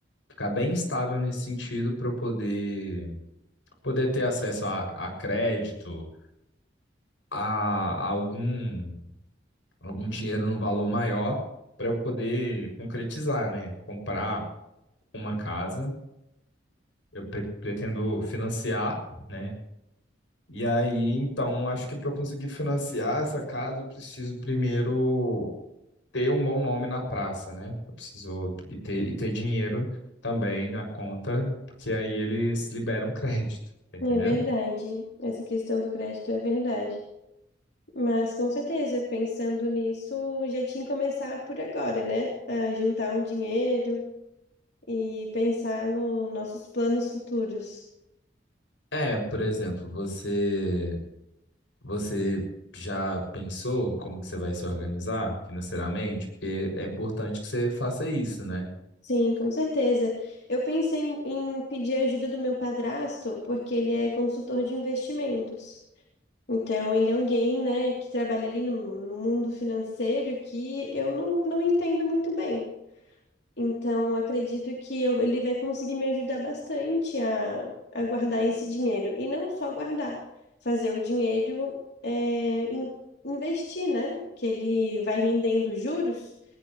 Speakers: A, on the left; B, on the left.
A: Ficar bem estável nesse sentido para eu poder, poder ter acesso a, a crédito, a, a algum, algum dinheiro num valor maior, para eu poder concretizar, né? Comprar uma casa Eu pre- pretendo financiar, né? E aí, então, acho que para eu conseguir financiar essa casa, eu preciso primeiro ter um bom nome na praça, né? Eu preciso e ter, e ter dinheiro também na conta, porque aí eles liberam <laughs> crédito, tá entendendo?
B: É verdade, essa questão do crédito é verdade. Mas com certeza, pensando nisso, já tinha que começar por agora, né? A juntar um dinheiro e pensar nos nossos planos futuros.
A: É, por exemplo, você você já pensou como que você vai se organizar financeiramente? Porque é importante que você faça isso, né?
B: Sim, com certeza. Eu pensei em em pedir ajuda do meu padrasto, porque ele é consultor de investimentos. Então, ele é alguém, né, que trabalha ali no, no mundo financeiro que eu não, não entendo muito bem. Então, acredito que eu- ele vai conseguir me ajudar bastante a, a guardar esse dinheiro. E não só guardar, fazer o dinheiro é, in- investir, né? Que ele vai rendendo juros